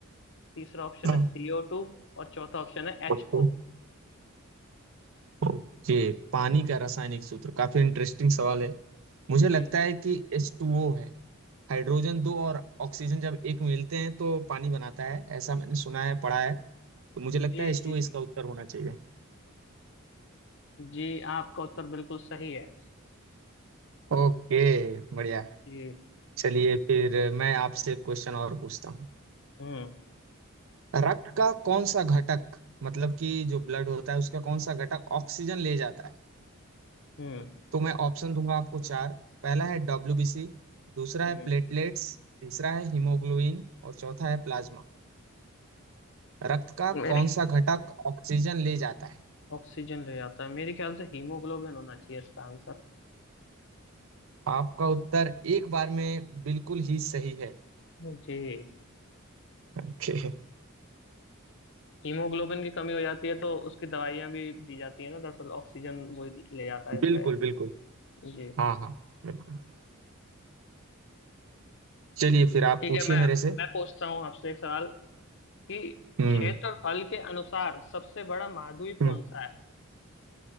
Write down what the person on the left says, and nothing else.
तीसरा ऑप्शन
है सीओ टू और चौथा ऑप्शन है एच
ओ
जी
जी
जी
जी
जी आपका उत्तर बिल्कुल सही है
जी
हम्म
हम्म
हम्म।
मेरे
ऑक्सीजन ले जाता है मेरे ख्याल से हीमोग्लोबिन होना चाहिए इसका आंसर
जी
हीमोग्लोबिन की कमी हो जाती है तो उसकी दवाइयां भी दी जाती है ना दरअसल ऑक्सीजन वो ले जाता है इस
वजह
से। जी
ठीक
है मैं
मैं पूछता हूँ आपसे एक सवाल कि
क्षेत्रफल के अनुसार सबसे बड़ा महाद्वीप
कौन सा है